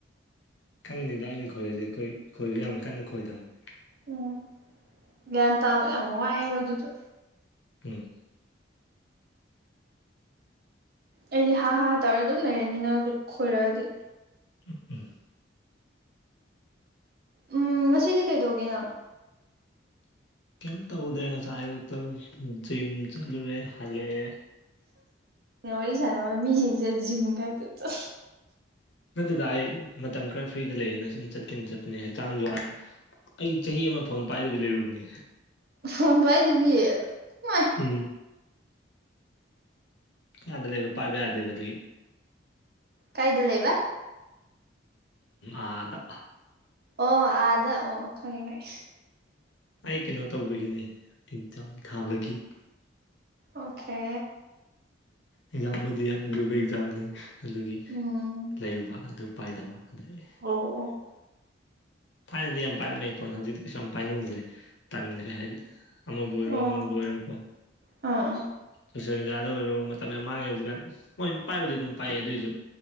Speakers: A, on the left; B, on the right.
A: ꯈꯪꯉꯅꯤꯗ ꯑꯩꯅ ꯈꯣꯏꯔꯗꯤ ꯑꯩꯣꯏ ꯈꯣꯏꯕ ꯌꯥꯝ ꯀꯟꯅ ꯈꯣꯏꯗꯕꯅꯤ
B: ꯎꯝ ꯌꯥꯟ ꯇꯨ ꯍꯥꯏꯕꯗꯨꯗ
A: ꯎꯝ
B: ꯑꯩꯗꯤ ꯍꯥ ꯍꯥ ꯇꯧꯔ ꯑꯗꯨꯝ ꯂꯩꯔꯅꯤ ꯅꯪ ꯑꯗꯨꯝ ꯈꯣꯏꯔꯛꯑꯗꯤ
A: ꯎꯝ ꯎꯝ
B: ꯎꯝ ꯉꯁꯤꯗꯤ ꯀꯩꯗꯧꯒꯦ ꯅꯪ
A: ꯀꯩꯝ ꯇꯧꯗ꯭ꯔꯦ ꯉꯁꯥꯏ ꯑꯌꯨꯛꯇ ꯖꯤꯝ ꯆꯠꯂꯨꯔꯦ ꯍꯜꯂꯛꯑꯦ
B: ꯋꯥꯔꯤ ꯁꯥꯟꯅꯕ ꯃꯤꯁꯤꯡꯁꯦ ꯖꯤꯝ ꯈꯛꯇ ꯆ
A: ꯗꯨꯗ ꯑꯩ ꯃꯇꯝ ꯈꯔ ꯐ꯭ꯔꯤꯗ ꯂꯩꯌꯦꯅ ꯁꯨꯝ ꯆꯠ ꯆꯀꯤ ꯆꯠꯄꯅꯦ ꯍꯛꯆꯥꯡ ꯖꯋꯥꯗ ꯑꯩ ꯆꯍꯤ ꯑꯃ ꯐꯣꯟ ꯄꯥꯏꯗꯕꯤ ꯂꯩꯔꯨꯕꯅꯦ
B: ꯐꯣꯟ ꯄꯥꯏꯗꯕꯤ ꯃꯥꯏ
A: ꯎꯝ ꯑꯗ ꯂꯩꯕ ꯄꯥꯏꯕ ꯌꯥꯗꯦꯕ ꯑꯗꯨꯒꯤ
B: ꯀꯥꯏꯗ ꯂꯩ ꯏꯕ
A: ꯑꯗ
B: ꯑꯣ ꯑꯥꯗ ꯑꯣ ꯈꯪꯉꯦ ꯈꯪꯉꯦ
A: ꯑꯩ ꯀꯩꯅꯣ ꯇꯧꯕꯒꯤꯅꯦ ꯂꯖꯥꯎ ꯊꯥꯕꯒꯤ
B: ꯑꯣꯀꯦ
A: ꯑꯦꯛꯖꯥꯝꯕꯨꯗꯤ ꯌꯥꯝ ꯂꯨꯕ ꯑꯦꯛꯖꯥꯝꯅꯤ ꯑꯗꯨꯒꯤ
B: ꯎꯝ
A: ꯂꯩꯔꯨꯕ ꯑꯗꯨ ꯄꯥꯏꯗꯕ ꯑꯗꯩ
B: ꯑꯣ ꯑꯣ
A: ꯊꯥꯏꯅꯗꯤ ꯌꯥꯝ ꯄꯥꯏꯔꯝꯃꯦ ꯐꯣꯟ ꯍꯧꯖꯤꯛꯇꯤ ꯀꯩꯁꯨ ꯌꯥꯝ ꯄꯥꯏꯅꯤꯡꯈꯤꯗ꯭ꯔꯦ ꯇꯟꯈ꯭ꯔꯦ ꯍꯥꯏꯗꯤ ꯑꯃ ꯣꯏꯔ
B: ꯑꯣ
A: ꯑꯃ
B: ꯑꯥ
A: ꯣꯏꯔ ꯀ
B: ꯑꯥ
A: ꯁꯣꯁꯦꯜ ꯃꯦꯗꯤꯌꯥꯗ ꯑꯣꯏꯔꯣ ꯃꯇꯝ ꯌꯥꯝ ꯃꯥꯡꯉꯦ ꯍꯧꯖꯤꯛꯀꯥꯟ ꯍꯣꯏ ꯄꯥꯏꯕꯗꯤ ꯑꯗꯨꯝ ꯄꯥꯏꯌꯦ ꯑꯗꯨꯑꯣꯏꯁꯨ